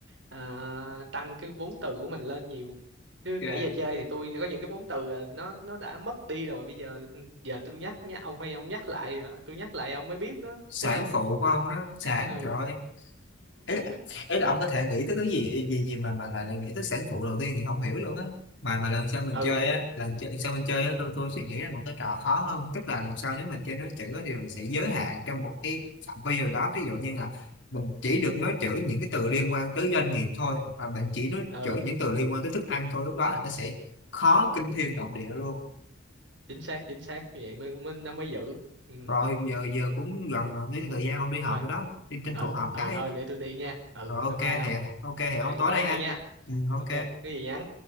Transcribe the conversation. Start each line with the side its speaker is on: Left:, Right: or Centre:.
Right: à, tăng cái vốn từ của mình lên nhiều chứ
Left: Kìa,
Right: nãy giờ chơi thì tôi có những cái vốn từ là nó nó đã mất đi rồi bây giờ ừ, giờ tôi nhắc nhá ông hay ông nhắc lại rồi, tôi nhắc lại ông mới biết đó
Left: Sản
Right: thấy không
Left: phụ của ông đó, sản
Right: ừ
Left: trời ơi, ấy
Right: <laughs>
Left: ấy là ông có thể nghĩ tới cái gì gì gì mà mà lại lại nghĩ tới sản phụ đầu tiên thì không hiểu luôn á mà mà lần sau mình
Right: ừ
Left: chơi á lần, chơi, lần sau mình chơi á tôi tôi suy nghĩ ra một cái trò khó hơn tức là lần sau nếu mình chơi nói chữ á, thì mình sẽ giới hạn trong một cái phạm vi nào đó ví dụ như là mình chỉ được nói chữ những cái từ liên quan tới doanh nghiệp thôi hoặc là mình chỉ nói
Right: ừ
Left: chữ những từ liên quan tới thức ăn thôi lúc đó là nó sẽ khó kinh thiên động địa luôn
Right: chính xác chính xác như vậy mới, mới nó mới giữ ừ
Left: rồi giờ giờ cũng gần gần cái thời gian ông đi họp
Right: thôi
Left: rồi đó đi tranh
Right: ừ
Left: thủ họp
Right: ừ
Left: cái
Right: thôi để tôi đi nha ừ
Left: rồi ok
Right: bye bye
Left: hẹn
Right: ông
Left: ok hẹn
Right: hẹn
Left: ông tối
Right: tối
Left: nay
Right: nay
Left: ha
Right: nha
Left: ừ, ok
Right: ok cái gì nhắn